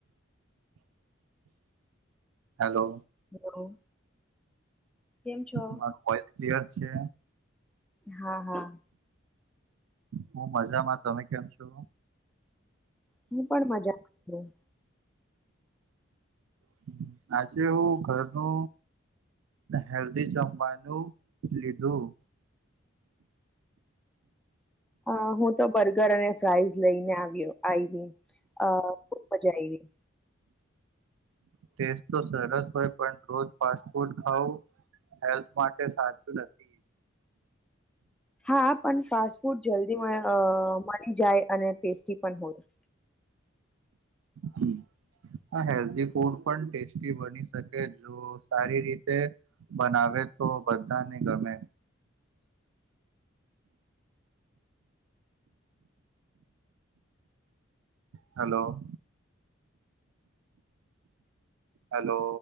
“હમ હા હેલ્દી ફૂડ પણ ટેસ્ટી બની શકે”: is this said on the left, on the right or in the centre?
Right